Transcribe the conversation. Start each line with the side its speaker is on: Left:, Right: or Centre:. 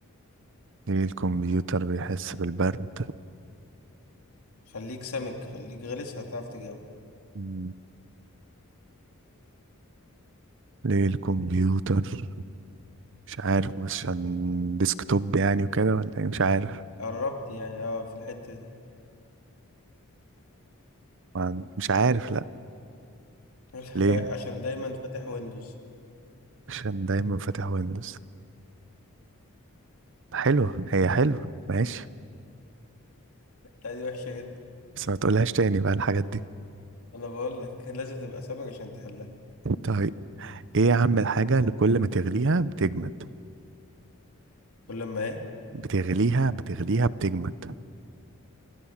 Right: ليه الكمبيوتر بيحس بالبرد
Left: خليك سمك خليك غلس هتعرف تجاوب
Right: مم. ليه الكمبيوتر مش عارف بس عشان ديسكتوب يعني وكده ولا ايه مش عارف
Left: قربت يعني اه في الحتة دي <laughs>
Right: ما- مش عارف لا
Left: يقول لك
Right: ليه
Left: عشان دايما فاتح ويندوز
Right: عشان دايما فاتح ويندوز حلوة هي حلوة ماشي
Left: لا دي وحشة جدا
Right: بس ما تقولهاش تاني بقى الحاجات دي
Left: انا بقول لك <laughs> كان لازم تبقى سمك عشان تحلها
Right: طيب ايه يا عم الحاجة اللي كل ما تغليها بتجمد
Left: كل ما ايه
Right: بتغليها بتغليها بتجمد